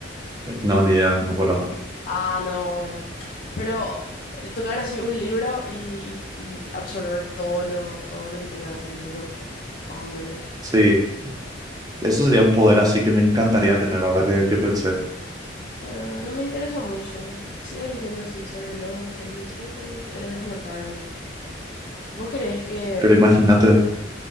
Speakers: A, on the right; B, on the left.
A: no, ni idea, no conozco.
B: Ah, no, bueno. Pero el tocar así un libro y, y- y absorber todo lo, todo lo que tenga ese libro, más o menos.
A: Sí, eso
B: Mm,
A: sería un poder así que me encantaría tener ahora que, que pensé.
B: No, no me interesa mucho. Sigo eligiendo así, ser veloz, ser invisible, teletransportarme. ¿Vos creés que,
A: Pero imagínate,